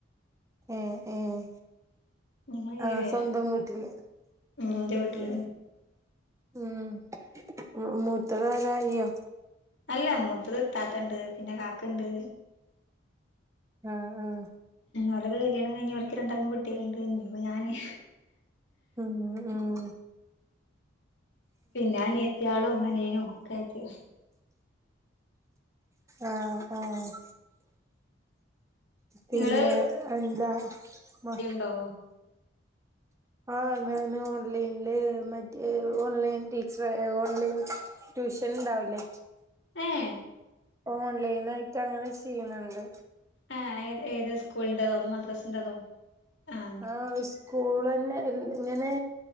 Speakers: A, on the right; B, on the left.
A: ഏഹ് ഏഹ്
B: ഞങ്ങള്
A: ആഹ്
B: ഏഴു പേരാ
A: സ്വന്തം വീട്ടില് ഉം
B: ഇന്റെ വീട്ടില്
A: ഉം ഉം മൂ മൂത്തതാര ഇയ്യോ
B: അല്ല മൂത്തത് ഇത്താത്ത ണ്ട് പിന്നെ കാക്കണ്ട്
A: ആഹ് ആഹ്
B: ഓലൊക്കെ കല്യാണം കയിഞ്ഞ് ഓല്ക്ക് രണ്ടാക്കും കുട്ട്യാളിണ്ട് ഇഞ്ഞിപ്പോ ഞാന്
A: ഉം ആഹ്
B: പിന്നെ അനിയത്ത്യാളും അനിയനും ഒക്കെ ആയിട്ട്
A: ആഹ് ആഹ് പിന്നെ
B: നിങ്ങള്
A: എന്താ മ
B: ണ്ടോ
A: ആഹ് ഞാന് ഓൺലൈനില് മറ്റേ ഓൺലൈൻ ടീച്ചർ ഓൺലൈൻ ട്യൂഷൻ ണ്ടാവില്ലേ
B: ഏഹ്
A: ഓൺലൈനായിട്ട് അങ്ങനെ ചെയ്യിണിണ്ട്
B: ആഹ് ഏ ഏത് സ്കൂളിന്റെതോ അതോ മദ്രസിന്റെതോ ആഹ്
A: ആഹ് സ് സ്കൂളന്നെ എ ഇങ്ങനെ